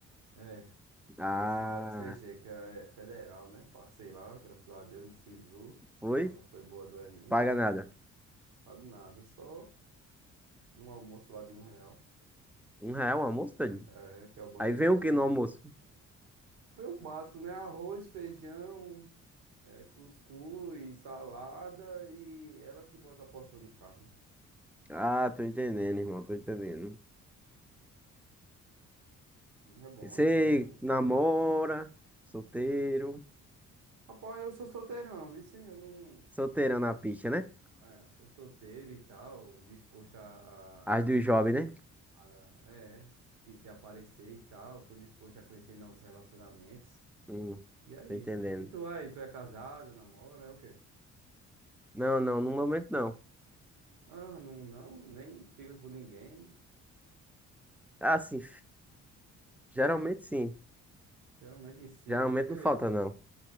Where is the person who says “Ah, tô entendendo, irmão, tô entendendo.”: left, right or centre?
Centre